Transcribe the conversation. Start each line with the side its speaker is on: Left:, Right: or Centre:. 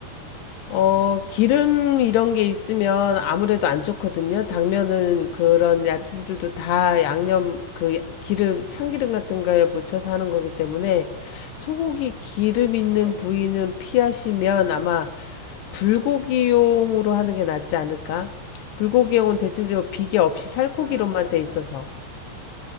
Left: 어, 기름 이런 게 있으면 아무래도 안 좋거든요. 당면은 그런 야채들도 다 양념, 그 기름, 참기름 같은 거에 묻혀서 하는 거기 때문에 소고기 기름 있는
Right: 네네네.
Left: 부위는 피하시면 아마 불고기용으로 하는 게 낫지 않을까? 불고기용은 대체적으로 비계 없이 살코기로만
Right: 아, 그러면
Left: 돼 있어서